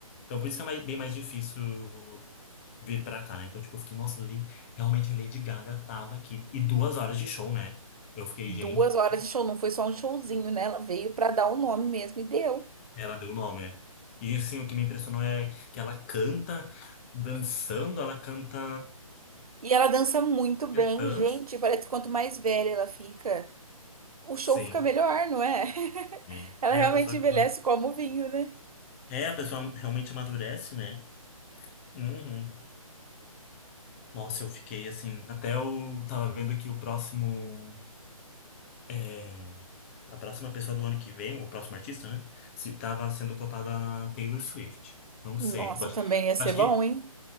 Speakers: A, on the left; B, on the right.
A: Então, por isso que é mais- bem mais difícil vir para cá, né? Então, tipo, eu fiquei, nossa, Lady- realmente a Lady Gaga tava aqui e duas horas de show, né? Eu fiquei,
B: Duas
A: gente
B: horas de show, não foi só um showzinho, né? Ela veio pra dar o nome mesmo e deu.
A: Ela deu o nome. E assim o que me impressionou é que ela canta dançando, ela canta
B: E ela dança muito bem,
A: cantando.
B: gente. Parece que quanto mais velha ela fica, o show
A: Sim,
B: fica melhor, não é? <laughs>
A: sim.
B: Ela
A: É
B: realmente
A: a pessoa que
B: envelhece como vinho, né?
A: é a pessoa realmente amadurece, né? Uhum. Nossa, eu fiquei assim, até eu tava vendo que o próximo é, a próxima pessoa do ano que vem, o próximo artista, né? Se tava sendo cotada a Taylor Swift. Não
B: Nossa,
A: sei. Eu Acho,
B: também ia ser
A: acho
B: bom,
A: que
B: hein?